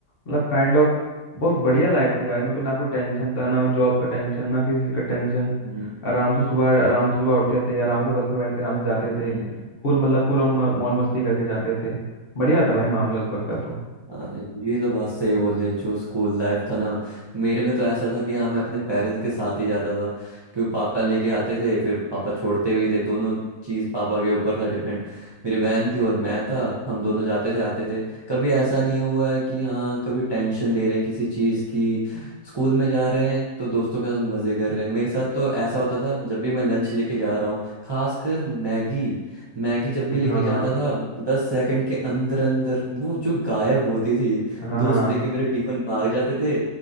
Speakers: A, on the left; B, on the right.
A: मतलब काइंड ऑफ बहुत बढ़िया लाइफ थी भाई मेरे
B: हम्म
A: को ना कोई टेंशन था ना जॉब का टेंशन ना किसी चीज़ का टेंशन
B: हम्म,
A: आराम से सुबह आराम से सुबह उठते थे आराम से बस में बैठ कर आराम से जाते
B: हम्म,
A: थे फुल मतलब फुल ऑन मौज मस्ती करके जाते थे बढ़िया था भाई मामला उस वक्त का तो
B: हाँ, ये तो बात सही बोले जो स्कूल लाइफ था ना मेरे में तो ऐसा था कि हाँ मैं अपने पेरेंट्स के साथ ही जाता था क्योंकि पापा लेके आते थे फिर पापा छोड़ते भी थे दोनों चीज़ पापा के ऊपर था डिपेंड मेरी बहन थी और मैं था हम दोनों जाते थे आते थे कभी ऐसा नहीं हुआ है कि हाँ कभी टेंशन ले रहे हैं किसी चीज़ की स्कूल में जा रहे हैं तो दोस्तों के साथ मज़े कर रहे हैं मेरे साथ तो ऐसा होता था जब भी मैं लंच लेके जा रहा हूँ खासकर मैगी मैगी जब भी
A: हाँ
B: लेके
A: हाँ
B: जाता था दस सेकंड के अंदर अंदर वो जो गायब होती थी
A: हाँ
B: दोस्त
A: हाँ
B: लेके मेरे टिफिन भाग जाते थे